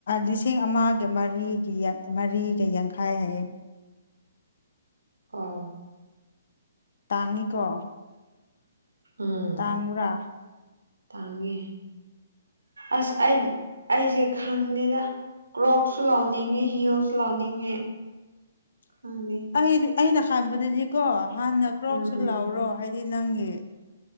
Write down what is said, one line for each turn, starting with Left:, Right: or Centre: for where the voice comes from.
Left: ꯂꯤꯁꯤꯡ ꯑꯃꯒ ꯃꯔꯤꯒꯤ ꯃꯔꯤꯒ ꯌꯥꯡꯈꯥꯏ ꯍꯥꯏꯌꯦ
Right: ꯑꯣ
Left: ꯇꯥꯡꯏꯀꯣ
Right: ꯎꯝ
Left: ꯇꯪꯕꯔꯥ
Right: ꯇꯥꯡꯉꯦ ꯑꯁ ꯑꯩ ꯑꯩꯁꯦ ꯈꯪꯗꯦꯗ ꯀ꯭ꯔꯣꯛꯁꯨ ꯂꯥꯎꯅꯤꯡꯉꯦ ꯍꯤꯜꯁꯨ ꯂꯥꯎꯅꯤꯡꯉꯦ
Left: <inaudible>
Right: ꯈꯪꯗꯦ
Left: ꯑꯩꯗꯤ ꯑꯩꯅ ꯈꯟꯕꯗꯗꯤꯀꯣ ꯍꯥꯟꯅ ꯀ꯭ꯔꯣꯛꯁꯨ
Right: ꯎꯝ
Left: ꯂꯥꯎꯔꯣ ꯍꯥꯏꯗꯤ ꯅꯪꯒꯤ